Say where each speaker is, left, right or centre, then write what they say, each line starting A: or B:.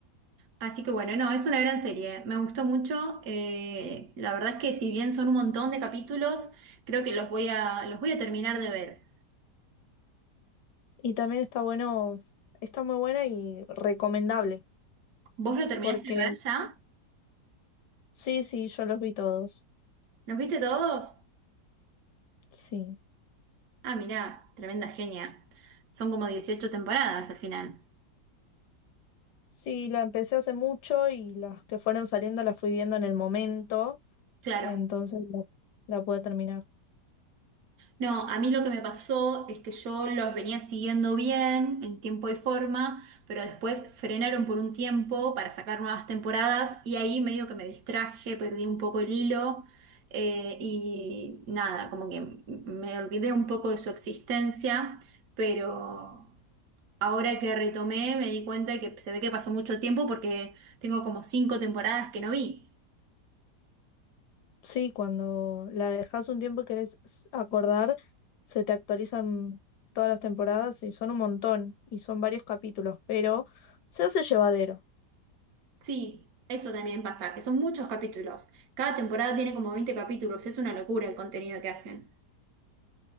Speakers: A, on the right; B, on the left.
A: Así que bueno, no, es una gran serie, me gustó mucho. eh, la verdad es que si bien son un montón de capítulos, creo que los voy a, los voy a terminar de ver.
B: Y también está bueno, está muy buena y recomendable,
A: ¿Vos lo terminaste
B: porque
A: de ver ya?
B: sí, sí, yo los vi todos.
A: ¿Los viste todos?
B: Sí.
A: Ah, mirá, tremenda genia. Son como 18 temporadas al final.
B: Sí, la empecé hace mucho y las que fueron saliendo las fui viendo en el momento,
A: Claro.
B: entonces la, la pude terminar.
A: No, a mí lo que me pasó es que yo los venía siguiendo bien en tiempo y forma, pero después frenaron por un tiempo para sacar nuevas temporadas y ahí medio que me distraje, perdí un poco el hilo eh, y nada, como que m- me olvidé un poco de su existencia, pero ahora que retomé me di cuenta que se ve que pasó mucho tiempo porque tengo como cinco temporadas que no vi.
B: Sí, cuando la dejas un tiempo y querés s- acordar, se te actualizan todas las temporadas y son un montón y son varios capítulos, pero se hace llevadero.
A: Sí, eso también pasa, que son muchos capítulos. Cada temporada tiene como 20 capítulos, es una locura el contenido que hacen.